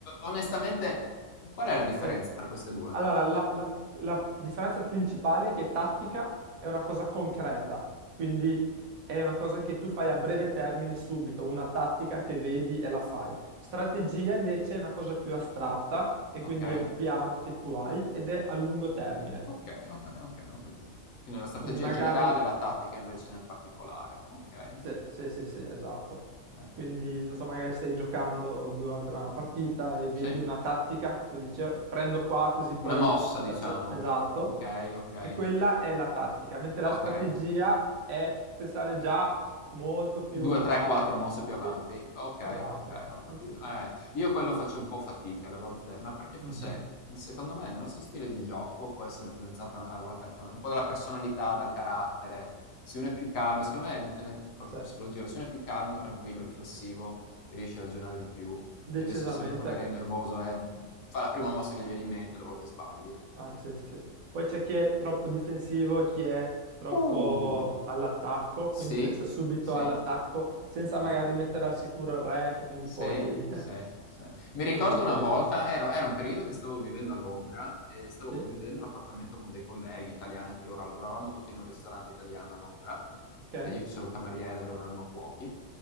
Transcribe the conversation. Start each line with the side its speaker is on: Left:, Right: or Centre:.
Left: onestamente, qual è la differenza
Right: Sì.
Left: tra queste 2?
Right: Allora, la, la- la differenza principale è che tattica è una cosa concreta, quindi è una cosa che tu fai a breve termine subito, una tattica che vedi e la fai. Strategia invece è una cosa più astratta e quindi
Left: Okay,
Right: è un piano che tu hai ed è a lungo termine.
Left: okay, okay, okay, ho capito. Quindi la strategia
Right: Quindi magari...
Left: generale, la tattica invece nel particolare. Okay.
Right: Sì, sì, sì, sì,
Left: Okay.
Right: esatto.
Left: Eh.
Right: Quindi, non so, magari stai giocando durante una partita e vedi
Left: Sì?
Right: una tattica, tipo dici, "Oh, prendo qua così poi
Left: Una mossa, diciamo.
Right: faccio... Esatto.
Left: Okay, okay,
Right: E quella è la tattica, mentre la
Left: okay.
Right: strategia è pensare già molto più
Left: 2,
Right: avanti.
Left: 3, 4 mosse più avanti.
Right: Sì.
Left: Okay,
Right: Esatto,
Left: okay, ho capito.
Right: sì, sì, sì,
Left: Eh,
Right: sì.
Left: io quello faccio un po' fatica alle volte, ma perché forse,
Right: Mhm.
Left: secondo me, il nostro stile di gioco può essere influenzato alle volte anche un po' dalla personalità, dal carattere. Se uno è più calmo, secondo me dipende anche proprio
Right: Cioè,
Left: psicologia, se uno è più calmo, tranquillo, riflessivo, riesce a ragionare di più.
Right: decisamente.
Left: E invece se uno magari è nervoso, eh, fa la prima mossa che gli viene in mente, alle volte sbagli.
Right: Ah, sì, sì, sì. Poi c'è chi è troppo difensivo, chi è troppo
Left: Uh!
Right: all'attacco,
Left: Sì,
Right: quindi pensa subito
Left: sì,
Right: all'attacco senza
Left: sì,
Right: magari mettere al sicuro il re, quindi
Left: sì,
Right: poi... <laughs>
Left: sì, sì. Mi ricordo
Right: quindi poi...
Left: una volta, ero- era un periodo che stavo vivendo a Londra e stavo
Right: Sì,
Left: condividendo l'appartamento con dei colleghi italiani, anche loro lavoravamo tutti in un ristorante italiano a Londra,
Right: ok,
Left: e io facevo il cameriere, loro erano cuochi.